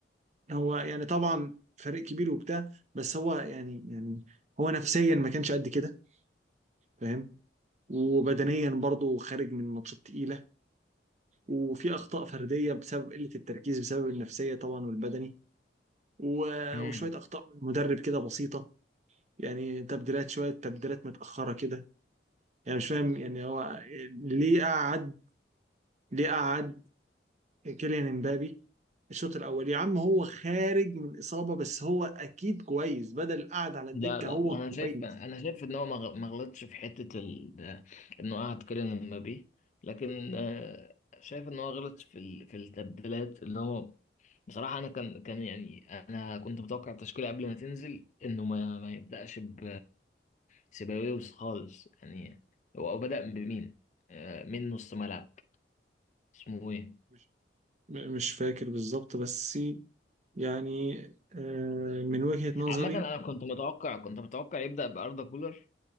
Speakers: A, on the right; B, on the left.
A: هو يعني طبعا فريق كبير وبتاع بس هو يعني يعني هو نفسيا ما كانش قد كده فاهم وبدنيا برضه خارج من ماتشات تقيلة وفي أخطاء فردية بسبب قلة التركيز بسبب النفسية طبعا والبدني و-
B: مم.
A: وشوية أخطاء من المدرب كده بسيطة يعني تبديلات شوية تبديلات متأخرة كده يعني مش فاهم يعني هو ليه قعد ليه قعد كيليان امبابي الشوط الأول يا عم هو خارج من إصابة بس هو أكيد كويس بدل قعد على الدكة
B: لا لا
A: هو
B: انا
A: كويس
B: شايف انا شايف ان هو ما غ- ما غلطش في حته ال... انه قعد كيليان امبابي لكن آه، شايف ان هو غلط في ال... في التبديلات اللي هو بصراحة أنا كان كان يعني أنا كنت متوقع التشكيلة قبل ما تنزل إنه ما ما يبدأش ب سيباويوس خالص يعني هو بدأ بمين؟ آه، من نص ملعب اسمه إيه؟
A: مش مش فاكر بالظبط بس يعني آه، من وجهة
B: عامة
A: نظري
B: أنا كنت متوقع كنت متوقع يبدأ بأردا كولر